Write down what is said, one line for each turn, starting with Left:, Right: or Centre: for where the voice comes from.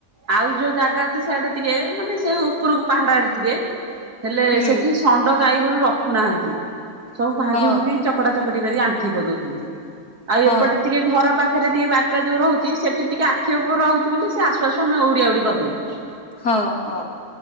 Right: ଆଉ ଯୋଉ ଜାଗା ଅଛି ସାଡେ ଟିକେ ମାନେ ସେଇ ଉପରକୁ ପାହାଡ ଆଡେ ଟିକେ ହେଲେ
Left: ହୁଁ
Right: ସେଠି ଷଣ୍ଡ ଗାଈଗୋରୁ ରଖୁନାହାନ୍ତି ସବୁ ଭାଙ୍ଗି
Left: ହଁ
Right: ଭୁଙ୍ଗି ଚକଟା ଚକଟି କରି ଆଣ୍ଠିଏ କରଦଉଛନ୍ତି ଆଉ
Left: ହଁ
Right: ଏପଟେ ଟିକେ ଘର ପା ଖରେ ଟିକେ ବାରିଟା ଯୋଉ ରହୁଛି ସେଠି ଟିକେ ଆଖି ଉପରେ ରହୁଛି ବୋଲି ସେ ଆସୁ ଆସୁ ଆମେ ଉଡିଆ ଉଡି କରିଦଉଛୁ।
Left: ହଁ ହଁ